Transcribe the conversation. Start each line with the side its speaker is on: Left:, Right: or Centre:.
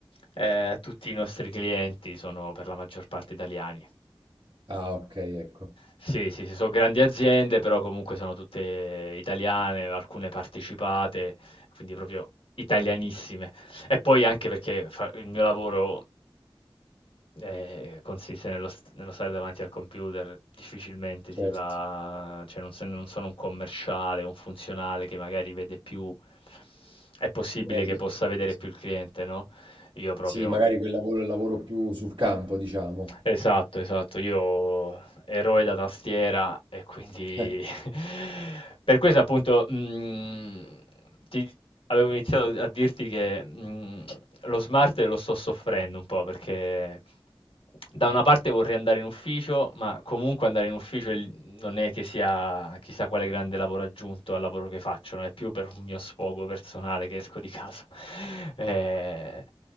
Left: eh, tutti i nostri clienti sono per la maggior parte italiani.
Right: Ah, okay, ecco.
Left: Sì, sì, sì, sono grandi aziende, però comunque sono tutte italiane, alcune partecipate, quindi proprio italianissime. E poi anche perché fa il mio lavoro eh, consiste nello, st- nello stare davanti al computer, difficilmente
Right: Certo.
Left: si va, cioè non, so- non sono un commerciale, un funzionale che magari vede più, è possibile
Right: Eh. E dice
Left: che possa vedere
Right: sì.
Left: più il cliente, no? Io proprio
Right: Sì, magari quel lavoro è il lavoro più sul campo, diciamo.
Left: Esatto, esatto. Io eroe da tastiera e quindi
Right: <laughs> Eh.
Left: <laughs> per questo appunto, mhmm, ti avevo iniziato a dirti che, mhmm, lo smart lo sto soffrendo un po' perché da una parte vorrei andare in ufficio, ma comunque andare in ufficio il non è che sia chissà quale grande lavoro aggiunto al lavoro che faccio, no, è più per un mio sfogo personale che esco di casa, <laughs> ehm,